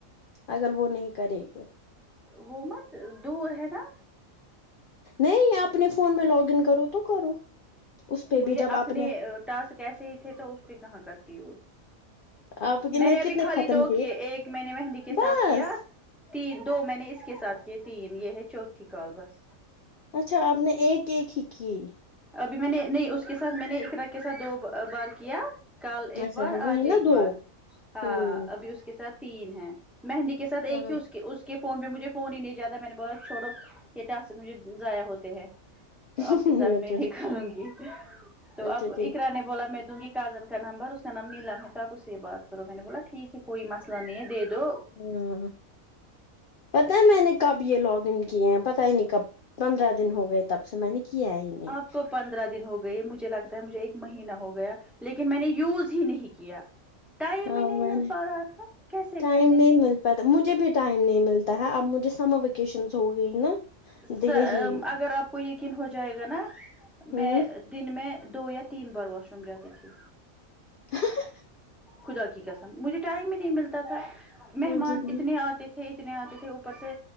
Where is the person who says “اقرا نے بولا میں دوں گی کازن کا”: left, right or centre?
Centre